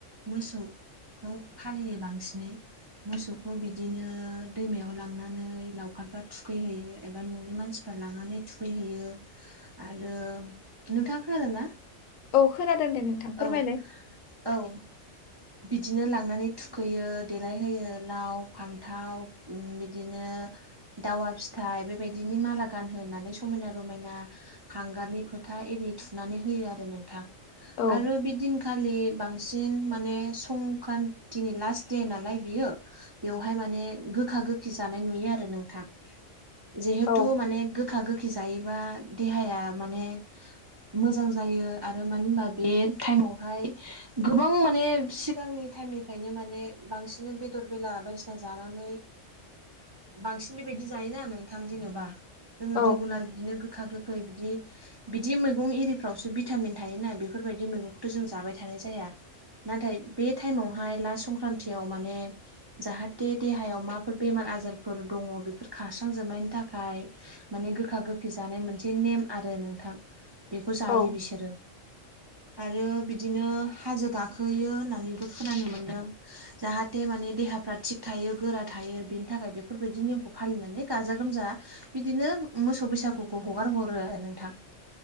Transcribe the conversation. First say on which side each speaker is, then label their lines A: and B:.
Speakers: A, on the right; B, on the left.
A: मोसौ खौ फालियो बांसिनै मोसौखौ बिदिनो दैमायाव लांनानै लावखारफ्रा थुखैहैयो एबा न'नि मानसिफ्रा लांनानै थुखैहैयो आरो नुथांआ खोनादों ना
B: औ खोनादों दे नोंथां फोरमायलाय
A: औ औ बिदिनो लांनानै थुखैयो देलायहोयो लाव फान्थाव बिदिनो दावा फिथाइ बेबादिनि माला गानहोनानै समायना रमायना हांगारनि फोथा एरि थुनानै होयो आरो नोंथां
B: औ
A: आरो बेदिनखालि बांसिन माने संक्रान्तिनि लास्ट दे नालाय बेयो बेवहाय माने गोखा गोखै जानाय नुयो आरो नोंथां जिहेथु
B: औ
A: माने गो गोखा गोखि जायोबा देहाया माने मोजां जायो आरो मानो होनबा बे टाइमावहाय गोबां माने सिगांनि टाइमनिफ्रायनो माने बांसिनै बेदर बेला बायदिसिना जानानै बांसिन बेबायदि जायोना नोंथां जेनोबा जोङो
B: औ
A: रेगुलार बिदिनो गोखा गोखै खै बिदि बिदि मैगं इरिफ्रावसो भिटामिन थायोना बेफोरबायदि मैगंखौथ' जों जाबाय थानाय जाया नाथाय बे टाइमावहाय लास संक्रान्तिआव माने जाहाथे देहायाव माबाफोर बेमार आजारफोर दङ बेफोर खारस्रांजोबनायनि थाखाय माने गोखा गोखै जानाय मोनसे नेम आरो नोंथां बेखौ जायो
B: औ
A: बिसोरो आरो बिदिनो हाजो गाखो हैयो होननानैबो खोनानो मोनदों जाहाथे माने देहाफ्रा थिग थायो गोरा थायो बिनि थाखाय बेफोरबादि नेमखौ फालिनानै गाजा गोमजा बिदिनो मोसौ ओ बैसागुखौ हगार हरो ओ नोंथां